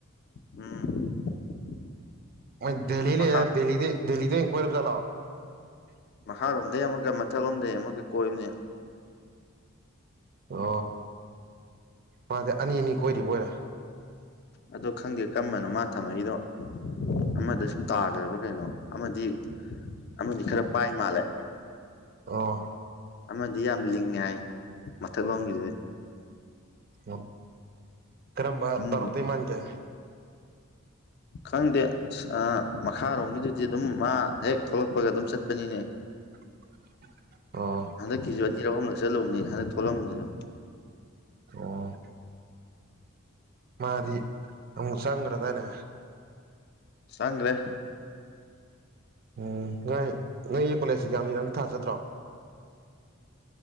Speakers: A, on the left (about 50°); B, on the right (about 45°).
A: ꯎꯝ
B: ꯗ
A: ꯃꯈꯥ
B: ꯗꯗꯤ ꯏꯟꯋꯥꯏꯔ ꯆ
A: ꯃꯈꯥꯂꯣꯝꯗꯩ ꯑꯃꯨꯛꯀ ꯃꯊꯛꯂꯣꯝꯗꯩ ꯑꯃꯨꯛꯀ ꯀꯣꯏꯕꯅꯦ
B: ꯑ ꯃꯥꯗꯤꯦ ꯑꯅꯤ ꯑꯅꯤ ꯀꯣꯏꯔꯤꯕꯣꯏꯔꯦ
A: ꯑꯗꯣ ꯈꯪꯗꯦ ꯀꯔꯝꯕꯅꯣ ꯃꯥ ꯊꯝꯃꯏꯗꯣ ꯑꯃꯗ ꯁꯨꯝ ꯇꯥꯒꯗꯕꯥ ꯀꯩꯅꯣ ꯑꯃꯗꯤ ꯑꯃ ꯈꯔ ꯄꯥꯏ ꯃꯥꯥꯂꯦ
B: ꯑ
A: ꯑꯃꯗꯤ ꯌꯥꯝ ꯂꯤꯡꯉꯦ ꯍꯥꯏ ꯃꯊꯛ ꯂꯣꯝꯒꯤꯗꯨ
B: ꯎ ꯀꯔꯝꯕ
A: ꯏꯃꯨꯡꯗꯣ
B: ꯔꯛꯇꯤ ꯃꯥꯡꯒꯦ
A: ꯈꯪꯗꯦ ꯑ ꯃꯈꯥꯔꯣꯝꯒꯤꯗꯨꯗꯤ ꯑꯗꯨꯝ ꯃꯥ ꯍꯦꯛ ꯊꯣꯛꯂꯛꯄꯒ ꯑꯗꯨꯝ ꯆꯠꯄꯅꯤꯅꯦ
B: <inaudible> ꯑꯣ
A: ꯍꯟꯗꯛꯀꯤꯁꯨ ꯑꯅꯤꯔ ꯑꯍꯨꯝꯂꯛ ꯆꯜꯂꯨꯕꯅꯤ ꯍꯟꯗꯛ ꯊꯣꯛꯂꯝꯕꯗꯨꯁꯨ
B: ꯑꯣ ꯃꯥꯗꯤ ꯎ ꯁꯒ꯭ꯔꯗꯅꯦ
A: ꯆꯥꯡꯂꯦ
B: ꯎꯝ ꯅꯥꯏ ꯅꯪꯒꯤ ꯀꯣꯂꯦꯖꯁꯤ ꯌꯥꯝꯅꯤ ꯅꯪꯇ ꯊꯥ ꯆꯠꯇ꯭ꯔꯣ